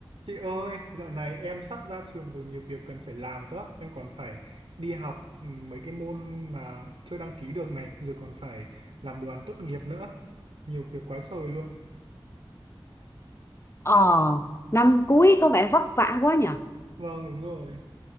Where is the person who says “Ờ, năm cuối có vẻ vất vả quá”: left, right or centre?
Left